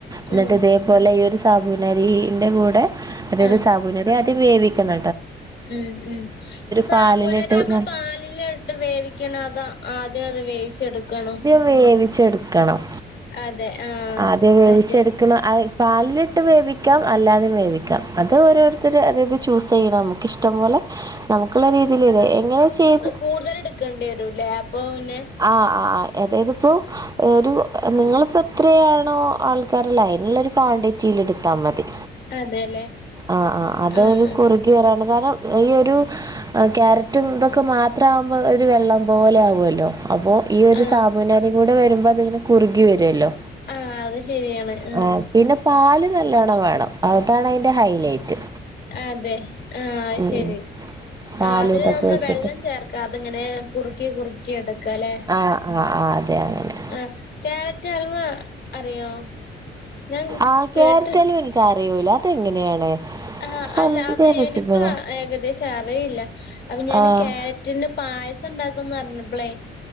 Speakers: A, on the right (about 20°); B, on the left (about 55°).
A: ഇന്ന്ട്ട്
B: ഉം
A: ഇതേ പോലെ ഈ ഒരു സാബൂനരിന്റെ കൂടെ അതായത്
B: ആഹ്
A: സാബൂനരി ആദ്യം വേവിക്കണ
B: ഉം ഉം സാവോനരി
A: പാലിലിട്ട്
B: നമ്മള്
A: ന
B: പാലില് ട്ട് വേവിക്കണോ അതാ ആദ്യം അത് വേവിച്ചെടുക്കണം
A: വേവിച്ചെട്ക്കണം
B: അതെ ആഹ്
A: ആദ്യം വേവിച്ചെട്ക്ക്ണ
B: അത് ശരി
A: അഹ് പാലിട്ട് വേവിക്കാം അല്ലാതി വേവിക്കാം അത് ഓരോരു ത്തര് അതായത് ചൂസ് ചെയ്യണം നമുക്ക് ഇഷ്ടം പോലെ നമുക്കുള്ള രീതീല് ഇത് എങ്ങനെ ചീത്
B: കൂടുതല്ട് ക്കണ്ടിയേരൂലേ അപ്പൊ വ്ന്നെ
A: ആഹ് ആഹ് എതായത്പ്പോ ഒരു നിങ്ങളിപ്പോ എത്രയാണോ ആൾക്കാര് ഇള്ളെ അയ്ന്ള്ളൊരു ക്വാണ്ടിറ്റീല് ഇട്ത്താ മതി
B: അതെല്ലേ
A: ആഹ് ആഹ് അതയ്ന്
B: ആഹ്
A: കുറുകി വരാണ്ട് കാരണം ഈ ഒരു ആ ക്യാരറ്റും ഇതൊക്കെ മാത്രം ആവുമ്പോ ഒരു വെള്ളം പോലെ ആവൊല്ലോ അപ്പൊ ഈ ഒരു
B: ആഹ്
A: സാബുനരിം കൂടെ വരുമ്പോ അത്ങ്ങനെ കുറുകി വരൊല്ലോ
B: ആഹ് അത് ശരിയാണ് ആഹ്
A: ഏഹ് പിന്നെ പാല് നല്ലോണം വേണം അതാണ് അയ്ൻ്റെ ഹൈലൈറ്റ്
B: അതെ ആഹ് അത്
A: ഉം
B: ശരി
A: ഉം. പാലും
B: ആ അതില്
A: ഇതൊക്കെ
B: നമ്മള്
A: വെച്ചിട്ട്
B: വെള്ളം ചേർ ക്കാതെങ്ങനെ കുറുക്കി കുറുക്കി എടുക്കലേ
A: ആഹ് ആഹ് ആഹ് അതെ അങ്ങനെ
B: ആഹ് ക്യാരറ്റ് ഹൽവ അറിയോ ഞാൻ
A: ആഹ് ക്യാരറ്റ്
B: കേട്ട്
A: അലുവ എനിക്ക് അറിയൂല അതെങ്ങനെയാണ്
B: ആഹ് അല്ല
A: അതിന്റെ
B: അത്
A: റെസിപ്പി
B: എനിക്കും
A: പറ
B: ഏകദേശം അറിയില്ല അപ്പ ഞാൻ
A: ആഹ്
B: ക്യാര റ്റിന്റെ പായസം ഉണ്ടാക്കുംന്ന് പറഞ്ഞപ്പളെ